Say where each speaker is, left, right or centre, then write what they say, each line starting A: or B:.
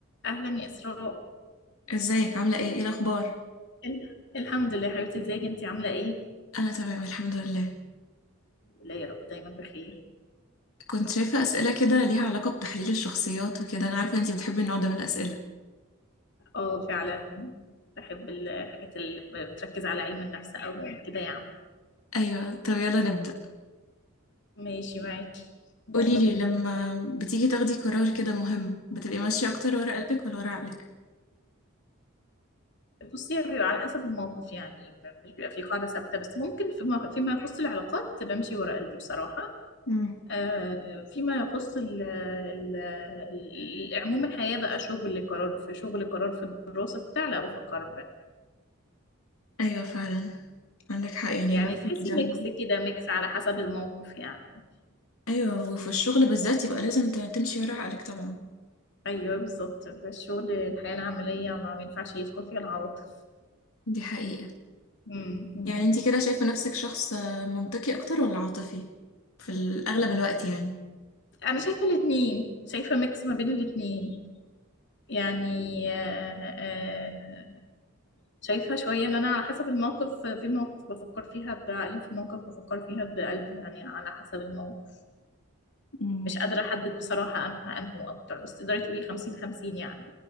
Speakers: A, on the left; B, on the left.
A: اهلا يا اسراء
B: ازيك عاملة ايه ايه الأخبار؟
A: ال- الحمد لله يا حبيبتي ازيك انت عامله ايه
B: أنا تمام الحمد لله
A: لا يا رب دايما بخير
B: كنت شايفة أسئلة كده ليها علاقة بتحليل الشخصيات وكده أنا عارفة انتي بتحبي النوع ده من الأسئلة
A: اه فعلا بحب الحاجات اللي بتركز على علم النفس او كده يعني
B: أيوة طب يلا نبدأ
A: ماشي معاكي يلا
B: قوليلي
A: بينا
B: لما بتيجي تاخدي قرار كده مهم بتبقي ماشية أكتر ورا قلبك ولا ورا عقلك؟
A: بصي بيبقى على حسب الموقف يعني م- مش بيبقى في قاعده ثابته بس ممكن فيما فيما يخص العلاقات بمشي ورا قلبي بصراحه
B: مم.
A: آه فيما يخص ال ال ال- عموم الحياه بقى شغل قرار في شغل قرار في الدراسه بتاع لا بفكر
B: أيوة فعلا عندك حق يعني
A: يعني
B: الواحد
A: تحسي
B: لما
A: ميكس كده ميكس على حسب الموقف يعني
B: أيوة وفي الشغل بالذات يبقى لازم ت- تمشي ورا عقلك طبعا
A: ايوه بالظبط الشغل الحياه العمليه ما بينفعش يدخل فيها العواطف
B: دي حقيقة
A: مم. مم.
B: يعني انتي كده شايفة نفسك شخص منطقي أكتر ولا عاطفي؟ في الأغلب الوقت يعني
A: انا شايفه الاثنين شايفه ميكس ما بين الاثنين يعني آه، آه، شايفه شويه ان انا على حسب الموقف في مواقف بفكر فيها بعقلي في مواقف بفكر فيها بقلبي يعني على حسب الموقف
B: مم.
A: مش قادره احدد بصراحه انا انه اكتر بس تقدري تقولي 50 50 يعني